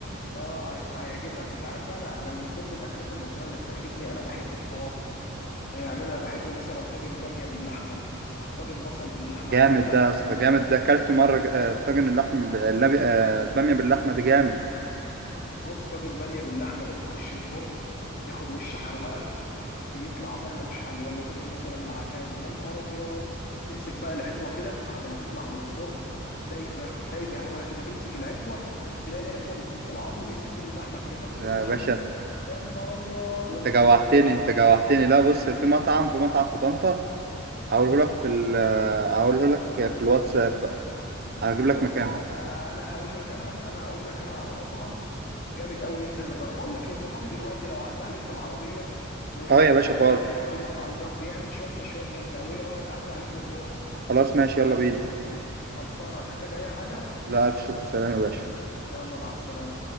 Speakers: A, on the left; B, on the right.
A: اه هيبقى هيعجبك انت عارف بقى انا انا من ضمن الاكلات المصريه اللي بتعجبني انا بحب الطواجن يعني انا بحب مثلا طاجن باميه باللحمه طاجن بصل باللحمه
B: جامد
A: حتى
B: ده يا اسطى جامد ده اكلته مره آه، طاجن اللحم ب- اللبي- آه، الباميه باللحمه دي جامد
A: بص طاجن باميه باللحمه ده بيخش الفرن ياخد وش حروقه بيطلع بقى ملوش حل ولا طاجن مثلا العكاوي يا نهار ابيض تمسك بقى العكوه كده بعد ما تطلع من الفرن دايبه دايبه يا اخويا كده تمسك العكوه تلاقي العكوه بتسيب العظم بيسيب من اللحمه كده تاكل
B: آه،
A: اللحمه
B: يا باشا
A: يا نهار ابيض ولا
B: انت جوعتني
A: مثلا لما
B: انت
A: تيجي
B: جوعتني لا بص في مطعم في مطعم في طنطا هقوله لك في ال آه، هقوله لك في الواتساب بقى هجيب
A: بص
B: لك مكانه
A: لا انا انا هقول لك انا انا هقول لك انا على مطعم جامد قوي ننزل نجربه اقول لك إيه، انت فاضي دلوقتي لو عدى عليك بالعربيه ونروح
B: اه يا باشا فاضي
A: ناكل في المطعم ده بيعمل شويه مشويات جامده قوي ايه رايك عدى عليك ونروح
B: خلاص ماشي يلا بينا
A: خلصانه هتحتاج اي حاجه
B: لا الف شكر سلام يا باشا
A: يلا مع السلامه